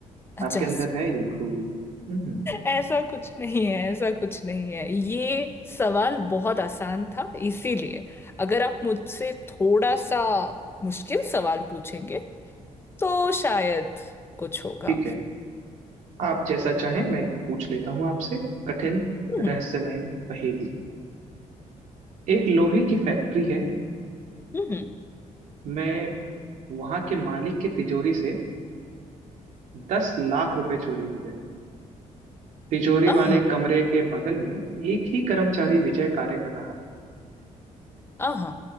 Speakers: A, on the left; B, on the right.
A: अच्छा
B: आपके अंदर है ये खूबी हम्म
A: ऐसा कुछ नहीं है ऐसा कुछ नहीं है ये सवाल बहुत आसान था इसीलिए अगर आप मुझसे थोड़ा सा मुश्किल सवाल पूछेंगे तो शायद कुछ होगा
B: ठीक है आप जैसा चाहें मैं पूछ लेता हूँ आपसे कठिन
A: हम्म
B: रहस्यमय पहेली एक लोहे की फैक्ट्री है
A: हम्म
B: मैं वहां के मालिक की तिजोरी से दस लाख रुपए चोरी हो गए तिजोरी
A: आहा
B: वाले कमरे के बगल में एक ही कर्मचारी विजय कार्य कर रहा
A: आहा